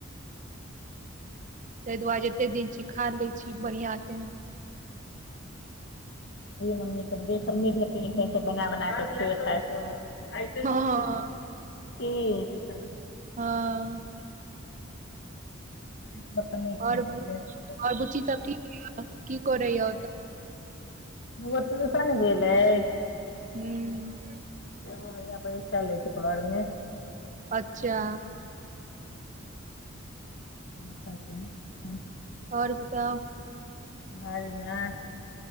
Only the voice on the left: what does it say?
मम्मी् के बेसन नहि भेटै छै बना बना क खाय आइट
भी छै हं
बर्तन नहि खाइत
छै से।
एगो टुसन गेल अछि
एगो हैया बैस ल अछि घरमे
ह सब <inaudible>
बढियां